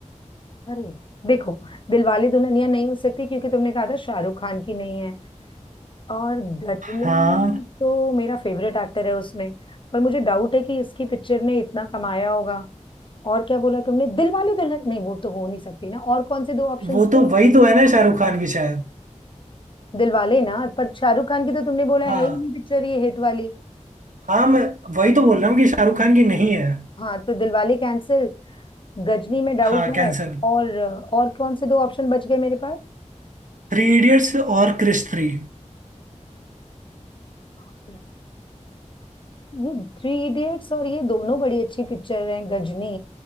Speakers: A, on the left; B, on the right.
A: अरे देखो दिलवाले दुल्हनिया नहीं हो सकती क्योंकि तुमने कहा था शाहरुख खान की नहीं है और गजनी
B: हाँ
A: तो मेरा फेवरेट एक्टर है उसमें पर मुझे डाउट है कि इसकी पिक्चर ने इतना कमाया होगा और क्या बोला तुमने दिलवाले दुल्हन नहीं वो तो हो नहीं सकती ना और कौन से दो ऑप्शंस
B: वो
A: थे
B: तो वही तो है ना शाहरुख खान की शायद
A: दिलवाले ना पर शाहरुख खान की तो तुमने बोला
B: हाँ
A: है ही नहीं पिक्चर ये हिट वाली
B: हाँ मैं वही तो बोल रहा हूँ कि शाहरुख खान की नहीं है
A: हाँ तो दिलवाले कैंसिल गजनी में डाउट
B: हाँ कैंसल
A: है और और कौन से दो ऑप्शन बच गए मेरे
B: थ्री इडियट्स और क्रिश थ्री
A: पास ये थ्री इडियट्स और ये दोनों बड़ी अच्छी पिक्चर हैं गजनी